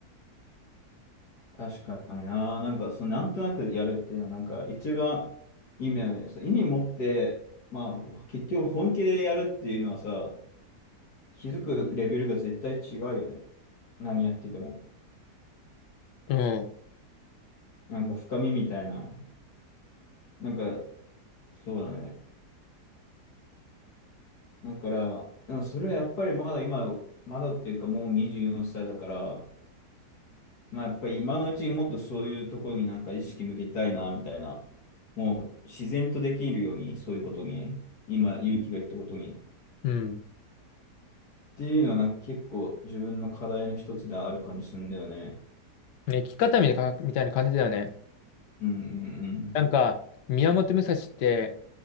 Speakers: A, on the left; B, on the left.
A: 確かにな。なんか、そのなんとなくやるっていうのは、なんか、一番意味だよね。そう、意味持って、まあ、結局本気でやるっていうのはさ、気づくレベルが絶対違うよね。何やってても。
B: うん。
A: なんか、深みみたいな。なんか、そうだね。だから、でもそれはやっぱりまだ今、まだっていうか、もう24歳だから、まあ、やっぱり今のうちにもっとそういうところになんか意識向けたいな、みたいな。もう自然とできるように、そういうことに、今、勇気が言ったことに。っ
B: うん。
A: ていうのはなんか結構自分の課題の一つである感じするんだよね。
B: ね、生き方みたいなかみたいな感じだよね。
A: うんうん
B: なんか、宮本武蔵って